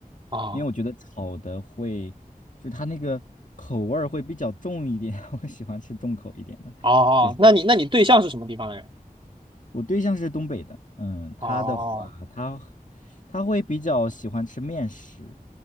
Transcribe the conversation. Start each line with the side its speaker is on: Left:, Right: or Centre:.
Right: 哦
Left: 因为我觉得炒的会，就是它那个口味儿会比较重一点，<laughs> 我喜欢吃重口一点的。
Right: 哦，
Left: 就是
Right: 那你那你对象是什么地方的人？
Left: 我对象是东北的，嗯，他的话，
Right: 哦
Left: 他他会比较喜欢吃面食，